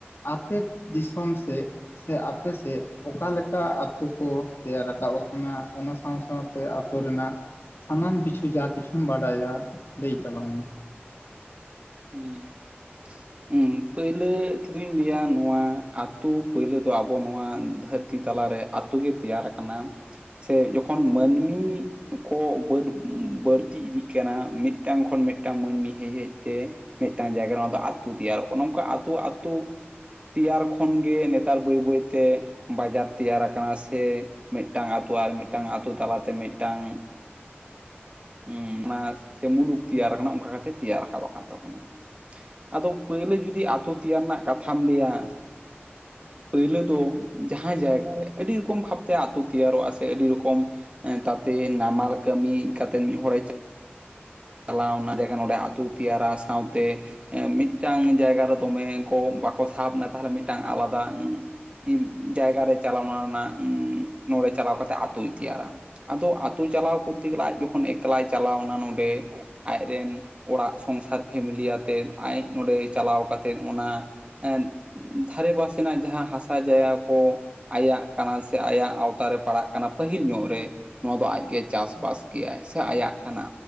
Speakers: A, on the left; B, on the right.
A: ᱟᱯᱮ ᱫᱤᱥᱚᱢ ᱥᱮᱫ ᱥᱮ ᱟᱯᱮᱥᱮᱫ ᱚᱠᱟᱞᱮᱠᱟ ᱟᱛᱳ ᱠᱚ ᱛᱮᱭᱟᱨ ᱟᱠᱟᱫᱟ ᱚᱠᱟᱱᱟ ᱚᱱᱟ ᱥᱟᱶ ᱥᱟᱶᱛᱮ ᱟᱹᱛᱩᱳ ᱨᱮᱱᱟᱜ ᱥᱟᱱᱟᱢ ᱠᱤᱪᱷᱩ ᱡᱟ ᱠᱤᱪᱷᱩᱢ ᱵᱟᱰᱟᱭᱟ ᱞᱟᱹᱭ ᱛᱟᱞᱟᱝ ᱢᱮ
B: ᱦᱮᱸ ᱦᱮᱸ ᱯᱳᱭᱞᱳ ᱛᱮᱫᱚᱧ ᱞᱟᱹᱭᱟ ᱱᱚᱣᱟ ᱟᱹᱛᱩᱳ ᱯᱳᱭᱞᱳ ᱫᱚ ᱟᱵᱚ ᱱᱚᱣᱟ ᱫᱷᱟᱹᱨᱛᱤ ᱛᱤ ᱛᱟᱞᱟᱨᱮ ᱟᱛᱳ ᱜᱮ ᱛᱮᱭᱟᱨᱟ ᱟᱠᱟᱱᱟ ᱥᱮ ᱡᱚᱠᱷᱚᱱ ᱢᱟᱹᱱᱢᱤ ᱠᱚ ᱵᱟᱹᱰ ᱵᱟᱹᱲᱛᱤ ᱤᱫᱤᱜ ᱠᱟᱱᱟ ᱢᱤᱫᱴᱟᱝ ᱠᱷᱚᱱ ᱢᱤᱫᱟᱝ ᱢᱟᱹᱱᱢᱤ ᱦᱮᱡ ᱦᱮᱡ ᱛᱮ ᱢᱤᱫᱴᱟᱱ ᱡᱟᱭᱜᱟ ᱱᱚᱣᱟ ᱫᱚ ᱟᱛᱳ ᱛᱮᱭᱟᱨ ᱚᱱᱮ ᱱᱚᱝᱠᱟ ᱟᱛᱳ ᱟᱛᱳ ᱛᱮᱭᱟᱨ ᱠᱷᱚᱱᱜᱮ ᱱᱮᱛᱟᱨ ᱵᱟᱹᱭ ᱵᱟᱹᱭᱛᱮ ᱵᱟᱡᱟᱨ ᱛᱮᱭᱟᱨᱟ ᱟᱠᱟᱱᱟ ᱥᱮ ᱢᱤᱫᱴᱟᱝ ᱟᱹᱛᱩ ᱟᱨ ᱢᱤᱫᱴᱟᱝ ᱟᱹᱛᱩ ᱛᱟᱞᱟᱛᱮ ᱢᱤᱫᱴᱟᱝ ᱦᱮᱸ ᱚᱱᱟ ᱥᱮ ᱢᱩᱞᱩᱠ ᱛᱮᱭᱟᱨ ᱟᱠᱟᱱᱟ ᱚᱱᱠᱟ ᱠᱟᱛᱮᱜ ᱛᱮᱭᱟᱨ ᱨᱟᱠᱟᱵ ᱟᱠᱟᱱ ᱛᱟᱵᱚᱱᱟ ᱟᱫᱚ ᱯᱳᱭᱞᱳ ᱡᱩᱫᱤ ᱟᱛᱳ ᱛᱮᱭᱟᱨ ᱨᱮᱱᱟᱜ ᱠᱟᱛᱷᱟᱢ ᱞᱟᱹᱭᱟ
A: ᱦ <inaudible>
B: ᱯᱳᱭᱞᱟᱹ ᱫᱚ ᱡᱟᱦᱟᱸ ᱡᱟᱭᱜᱟ ᱨᱮ ᱟᱹᱰᱤ ᱨᱚᱠᱚᱢ ᱵᱷᱟᱵᱛᱮ ᱟᱹᱛᱩ ᱛᱮᱭᱟᱨᱚᱜᱼᱟ ᱥᱮ ᱟᱹᱰᱤ ᱨᱚᱠᱚᱢ ᱫᱟᱯ ᱱᱟᱢᱟᱞ ᱠᱟᱹᱢᱤ ᱠᱟᱛᱮᱫ ᱢᱤᱫ ᱦᱚᱲᱮ ᱪᱟᱞᱟᱣᱱᱟ ᱡᱟᱭᱜᱟ ᱱᱚᱸᱰᱮ ᱟᱹᱛᱩ ᱛᱮᱭᱟᱨᱟ ᱥᱟᱶᱛᱮ ᱢᱤᱫᱴᱟᱱ ᱡᱟᱭᱜᱟ ᱨᱮ ᱫᱚᱢᱮ ᱠᱚ ᱵᱟᱠᱚ ᱥᱟᱦᱚᱵᱽ ᱮᱱᱟ ᱛᱟᱦᱚᱞᱮ ᱢᱤᱫᱴᱟᱝ ᱟᱞᱟᱫᱟ ᱩᱸ ᱡᱟᱭᱜᱟᱨᱮ ᱪᱟᱞᱟᱣ ᱮᱱᱟ ᱩᱸ ᱱᱚᱸᱰᱮ ᱪᱟᱞᱟᱣ ᱠᱟᱛᱮᱜ ᱟᱛᱩᱭ ᱛᱮᱭᱟᱨᱟ ᱟᱫᱚ ᱟᱛᱩ ᱪᱟᱞᱟᱣ ᱠᱚᱨᱛᱮ ᱜᱮ ᱞᱟᱡ ᱡᱚᱠᱷᱚᱱ ᱮᱠᱞᱟᱭ ᱪᱟᱞᱟᱣ ᱮᱱᱟ ᱱᱚᱸᱰᱮ ᱟᱡᱨᱮᱱ ᱚᱲᱟᱜ ᱥᱚᱝᱥᱟᱨ ᱯᱷᱮᱢᱮᱞᱤ ᱟᱛᱮᱫ ᱟᱡ ᱱᱚᱸᱰᱮ ᱪᱟᱞᱟᱣ ᱠᱟ ᱠᱟᱛᱮᱮᱫ ᱚᱱᱟ ᱟᱨ <inaudible> ᱫᱷᱟᱨᱮ ᱯᱟᱥᱮᱱᱟᱜ ᱡᱟᱦᱟᱸ ᱦᱟᱥᱟ ᱡᱟᱭᱜᱟ ᱠᱚ ᱟᱭᱟᱜ ᱠᱟᱱᱟ ᱥᱮ ᱟᱭᱟᱜ ᱟᱣᱛᱟᱟᱨ ᱨᱮ ᱯᱟᱲᱟᱜ ᱠᱟᱱᱟ ᱯᱟᱹᱦᱤᱞ ᱧᱚᱜ ᱨᱮ ᱱᱚᱣᱟ ᱫᱚ ᱟᱡᱜᱮ ᱪᱟᱥᱵᱟᱥ ᱜᱮᱭᱟᱭ ᱥᱮ ᱟᱭᱟᱜ ᱠᱟᱱᱟ